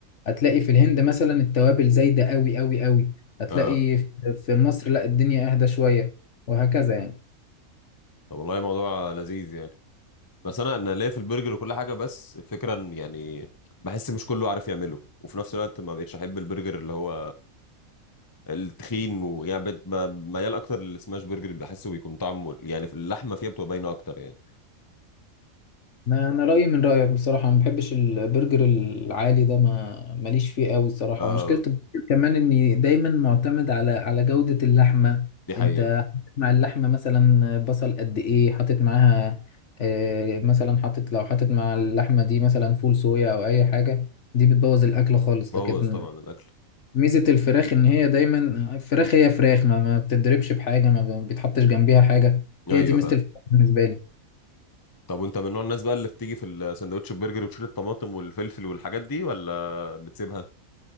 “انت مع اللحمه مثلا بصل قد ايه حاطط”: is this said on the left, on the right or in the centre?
Left